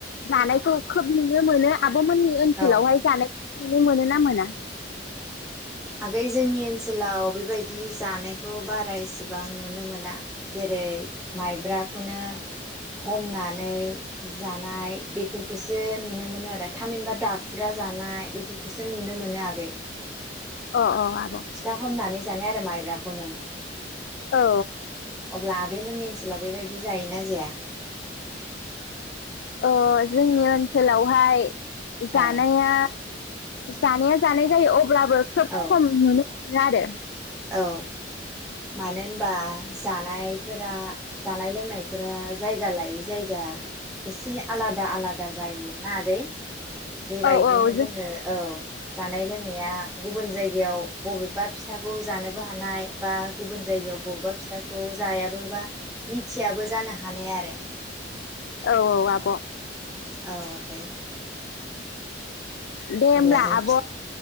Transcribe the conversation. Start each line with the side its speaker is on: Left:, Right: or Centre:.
Left: जानायखौ खोब नुनो मोनो आब'मोननि ओनसोलावहाय
Centre: औ
Left: जानाय नुनो मोनो ना मोना?
Centre: आगै जोंनि ओनसोलाव बेबायदि जानायखौ बारा इसेबां नुनो मोना जेरै माइब्राखौनो हमनानै जानाय बेफोरखौसो नुनो मोनो आरो थामहिनबा दाखुरा जानाय बेफोरखौसो नुनो मोनो आगै।
Left: अ अ आब'
Centre: फिथा हमनानै जानाय आरो माइब्राखौनो।
Left: औ
Centre: अब्ला आगैमोननि ओनसोलाव बेबायदि जायोना जाया
Left: अ जोंनि ओनसोलावहाय जानाया
Centre: औ
Left: जानाया जानाय जायो अब्लाबो खोब
Centre: औ
Left: खम नुनो ला आरोे
Centre: औ मानो होनबा जानायफोरा जानाय लोंनायफोरा जायगा लायै जायगा एसे आलादा आलादा जायो ना आगै। बेबायदिनो
Left: औ औ जों
Centre: जोङो औ जानाय लोंनाया गुबुन जायगायाव बबेबा फिथा खौ जानोबो हानाय बा गुबुन जायगायाव बबेबा फिथाखौ जायाबो बा मिथियाबो जानो हानाय आरो।
Left: औ औ आब'
Centre: औ आगै
Left: दे होमब्ला
Centre: अब्ला जों
Left: आब'
Centre: फि